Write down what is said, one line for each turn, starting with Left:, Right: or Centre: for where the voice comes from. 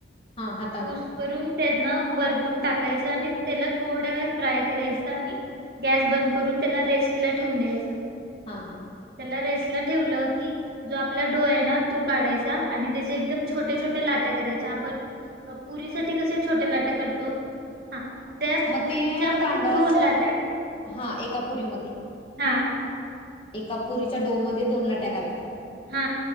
Left: हा हातान
Right: कुसकरून ते ना वरतून टाक. टाकायच आणि तेलात थोडा वेळच फ्राय करायचा आणि गॅस बंद करून त्याला रेस्ट ला ठेवून द्यायचं.
Left: हा, हा.
Right: त्याला रेस्टला ठेवल की जो आपला डो आहे ना तो काढायचा आणि तेचे एकदम छोट्या छोट्या लाटा करायच्या आपण पुरीसाठी कसे छोट्या लाटा करतो. त्या
Left: म
Right: पुरीच्या
Left: ते
Right: मध्ये
Left: तांदळा
Right: दोन लाट्या
Left: हा एका पुरीमध्ये
Right: हा
Left: एका पुरीच्या डो मध्ये दोन लाट्या करायच्या
Right: हा